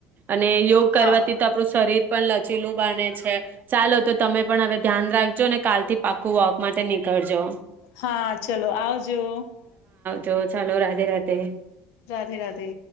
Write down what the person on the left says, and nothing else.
હા
હા. ચલો આવજો.
રાધે રાધે.